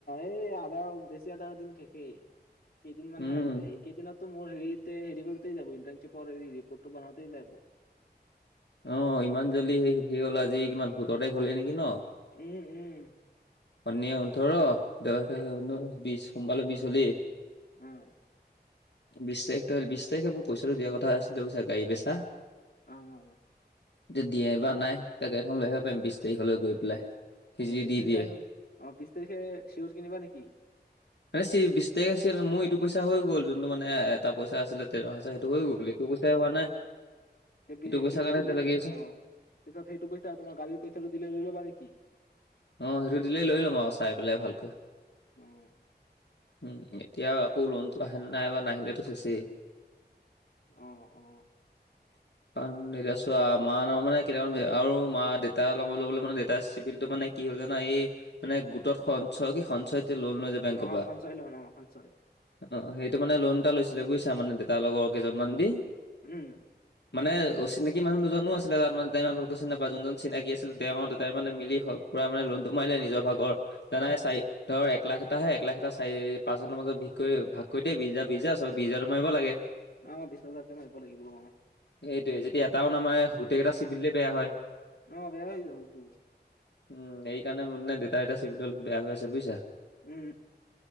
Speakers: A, on the left (about 55°); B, on the left (about 80°).
A: এই আধা বেছি আদা দিন শেষেই, কেইদিন মানহে
B: উম
A: আছে এই। কেইদিনতো মোৰ হেৰিতে হেৰি, কৰিতে যাব, ইন্টানচিপৰ ৰিপৰ্টো বনাওঁতে যাব।
B: অ, ইমান জল্দি সেই শেষ হ'ল আজি কিমান, সোতৰ তাৰিখ হ'লে নেকি ন?
A: উম, উম,
B: শণিয়ে ওঠৰ, দে ঊনৈশ, বিশ সোমবাৰে বিশ হ'লেই।
A: উম,
B: বিশ তাৰিখটোৰ বিশ তাৰিখে মোৰ পইচাটো দিয়া কথা আছিলে গাড়ী বেচা।
A: <unintelligible>
B: এতিয়া দিয়ে বা নাই, তেতিয়া গাড়ীখন লৈ আহিব পাৰিম, বিশ তাৰিখলৈ গৈ পেলাই। সি
A: অ,
B: যদি
A: বিশ
B: দি
A: তাৰিখে
B: দিয়ে।
A: অ, বিশ তাৰিখে চিউজ কিনিবা নেকি?
B: <inaudible> বিশ আছিল, মোৰ এইটো পইচা হৈ গ'ল, যোনটো মানে এটা পইচা আছিলে। <inaudible> এইটো পইচাই হোৱা নাই।
A: এই
B: ইটো পইচাৰ
A: বিছটো
B: কাৰণে এতিয়া
A: দিলে
B: লাগি আছো
A: অ, তাৰছত সেইটো পইচা তোমাৰ গাড়ীৰ পইচাটো দিলে লৈ ল'বা নেকি?
B: অ, সেইটো দিলেই লৈ ল'ম আৰু চাই পেলাই ভালকৈ।
A: উম,
B: উম, এতিয়া আকৌ লোনটো আহে নে নাই বা নাহিলেটো চেচেই।
A: অ, অ,
B: <inaudible> কাৰণ, এতিয়া চোৱা মা নামৰ মানে কেইটামান বেয়া আৰু মা, দেতা নামত ল'বলে মানে দেতাৰ চিভিলটো মানে কি হ'ল জানা এই, মানে গোটত সঞ্চয় কি সঞ্চয়ত যে, লোন লৈ যে বেংকৰ
A: অ',
B: পৰা
A: সঞ্চয় লোন, অ', সঞ্চয়।
B: অ', সেইটো মানে লোন এটা লৈছিলে বুইছা মানে দেতাৰ লগৰ কেইজনমান দি।
A: উম
B: মানে অচিনাকি মানুহ দুজনো আছিলে, তাত মানে তেওঁ ইমান ভালকে চিনি নেপায় যোনজন চিনাকি আছিল তেওঁ দেতাই মানে মিলি হ পোৰা মানে লোনটো মাৰিলে নিজৰ ভাগৰ, দাদাই চাই ধৰ একলাখ এটাহে, একলাখ এটা চাৰি পাঁচজনৰ মাজত ভিগ কৰি ভাগ কৰি দে, বিছ হাজাৰ, বিছ হাজাৰ চবে বিছ হাজাৰটো মাৰিব লাগে।
A: অ', বিছ হাজাৰকে মাৰিব লাগিব অ'।
B: সেইটোৱে, যদি এটাও নামাৰে, গোটেইকেইটা চিভিলে বেয়া হয়।
A: অ', বেয়া হৈ যাবতো।
B: উম, এই কাৰণে মানে দেউতা এটা <unintelligible> বেয়া হৈ আছে বুইছা।
A: উম,